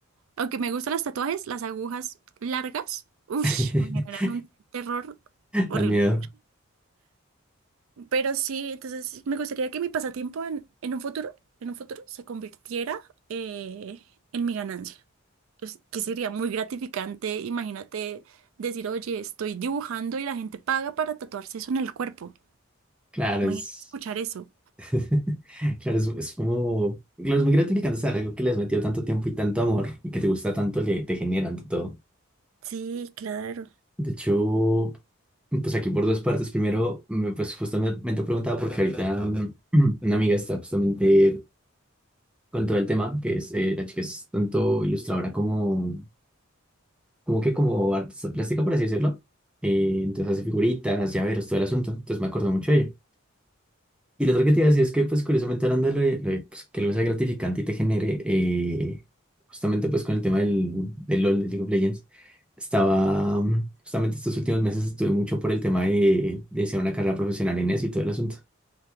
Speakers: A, on the right; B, in the centre.
A: Aunque me gustan los tatuajes, las agujas largas, uff,
B: <laughs>
A: me generan un terror horrible.
B: Dan miedo.
A: Pero sí, entonces me gustaría que mi pasatiempo en, en un futuro, en un futuro se convirtiera eh, en mi ganancia. Pues, que sería muy gratificante, imagínate decir, oye, estoy dibujando y la gente paga para tatuarse eso en el cuerpo.
B: Claro,
A: Imagínate
B: es,
A: escuchar eso.
B: <laughs> claro, es, es como, claro, es muy gratificante saber algo que le has metido tanto tiempo y tanto amor y que te gusta tanto, le te generan todo.
A: Sí, claro.
B: De hecho, pues aquí por dos partes. Primero, me- pues justamente preguntaba porque ahorita <laughs> <clears throat> mm, una amiga está justamente con todo el tema, que es eh, la chica es tanto ilustradora como, como que como artista plástica, por así decirlo. Eh, entonces hace figuritas, llaveros, todo el asunto. Entonces me acuerdo mucho de ella. Y lo otro que te iba a decir es que, pues, curiosamente, hablando de, lo de, lo de, pues, que algo sea gratificante y te genere, eh, justamente, pues, con el tema del, del LOL, de League of Legends, estaba, mm, justamente estos últimos meses estuve mucho por el tema de, de hacer una carrera profesional en eso y todo el asunto.